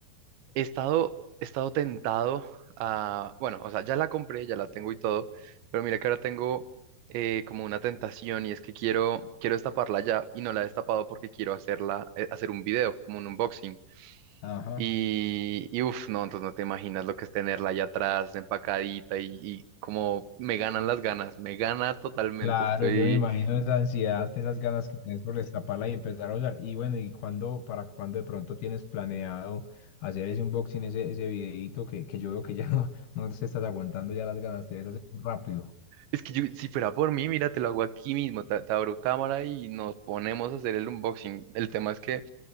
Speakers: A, on the right (about 85°); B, on the left (about 65°).
A: he estado, he estado tentado a, bueno, o sea, ya la compré, ya la tengo y todo, pero mira que ahora tengo eh, como una tentación y es que quiero, quiero destaparla ya y no la he destapado porque quiero hacerla, eh, hacer un video, como un unboxing.
B: Ajá.
A: Y, y uff, no, entonces no te imaginas lo que es tenerla allá atrás, empacadita y, y como me ganan las ganas, me gana totalmente,
B: Claro,
A: estoy...
B: yo me imagino esa ansiedad, esas ganas que tienes por destaparla y empezar a usar. Y bueno, ¿y cuándo, para cuándo de pronto tienes planeado hacer ese unboxing, ese, ese videíto que, que yo veo que ya no, <laughs> no te estás aguantando ya las ganas de hacer rápido?
A: Es que yo, si fuera por mí, mira, te lo hago aquí mismo, te, te abro cámara y nos ponemos a hacer el unboxing. El tema es que,